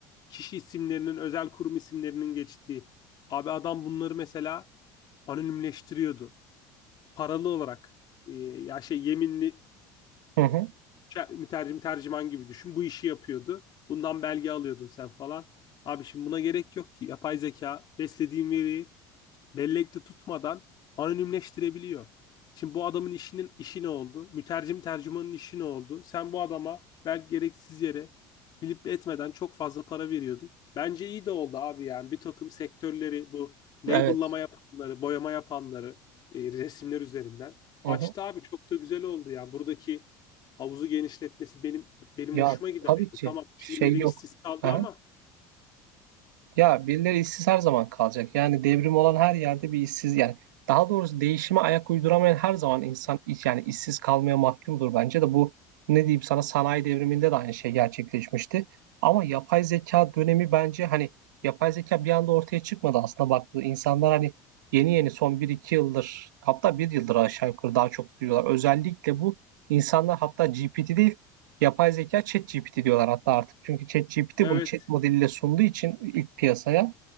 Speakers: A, on the left; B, on the right.
A: kişi isimlerinin özel kurum isimlerinin geçtiği. Abi adam bunları mesela anonimleştiriyordu. paralı olarak e, ya şey yeminli
B: Hı hı.
A: mütercim tercüman gibi düşün. Bu işi yapıyordu. Bundan belge alıyordun sen falan. Abi şimdi buna gerek yok ki. Yapay zeka beslediğin veriyi bellekte tutmadan anonimleştirebiliyor. Şimdi bu adamın işinin işi ne oldu? Mütercim tercümanın işi ne oldu? Sen bu adama belki gereksiz yere bilip etmeden çok fazla para veriyordun. Bence iyi de oldu abi yani bir takım sektörleri bu labellama
B: Evet.
A: yapanları, boyama yapanları e, resimler üzerinden
B: Hı
A: açtı
B: hı.
A: abi çok da güzel oldu yani buradaki havuzu genişletmesi benim benim
B: Ya
A: hoşuma gider.
B: tabii
A: yani.
B: ki
A: Tamam kimileri
B: şey yok.
A: işsiz kaldı
B: Hı
A: ama
B: Ya birileri işsiz her zaman kalacak. Yani devrim olan her yerde bir işsiz yani daha doğrusu değişime ayak uyduramayan her zaman insan iş- yani işsiz kalmaya mahkumdur bence de bu ne diyeyim sana sanayi devriminde de aynı şey gerçekleşmişti. Ama yapay zeka dönemi bence hani yapay zeka bir anda ortaya çıkmadı aslında baktığı insanlar hani yeni yeni son bir iki yıldır hatta bir yıldır aşağı yukarı daha çok duyuyorlar. Özellikle bu insanlar hatta GPT değil Yapay zeka ChatGPT diyorlar hatta artık. Çünkü ChatGPT
A: evet
B: bunu chat modeliyle sunduğu için ilk piyasaya.